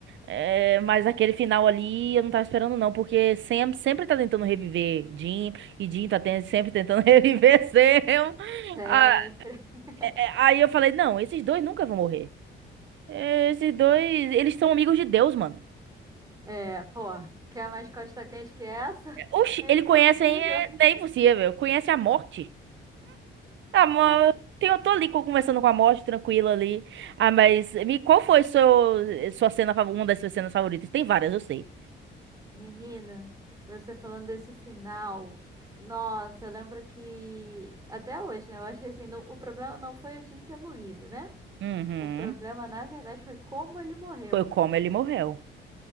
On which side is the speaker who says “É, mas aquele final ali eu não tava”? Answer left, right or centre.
Right